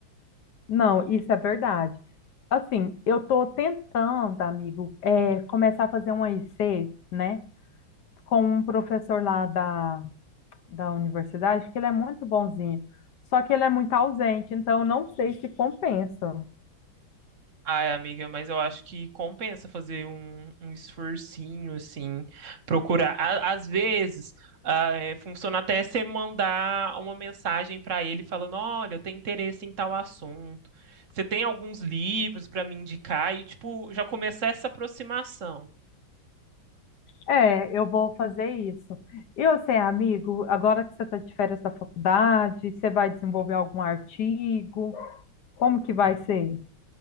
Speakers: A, on the left; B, on the right.
A: Não, isso é verdade. Assim, eu estou tentando, amigo, é, começar a fazer uma IC, né? Com um professor lá da, da universidade, que ele é muito bonzinho. Só que ele é muito ausente, então eu não sei se compensa.
B: Ai, amiga, mas eu acho que compensa fazer um, um esforcinho, assim, procurar. A- Às vezes, ah, é, funciona até você mandar uma mensagem para ele falando, olha, eu tenho interesse em tal assunto. Você tem alguns livros para me indicar? E, tipo, já começar essa aproximação.
A: É, eu vou fazer isso. E você, amigo, agora que você está de férias da faculdade, você vai desenvolver algum artigo? Como que vai ser?